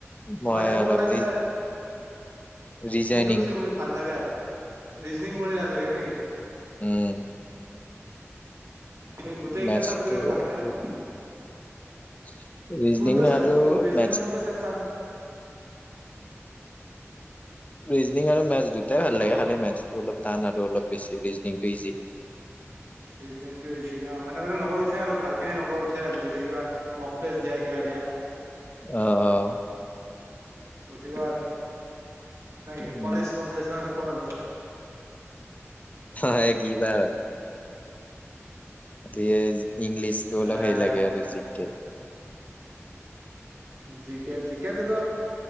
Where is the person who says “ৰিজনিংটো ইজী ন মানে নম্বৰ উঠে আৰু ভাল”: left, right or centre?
Right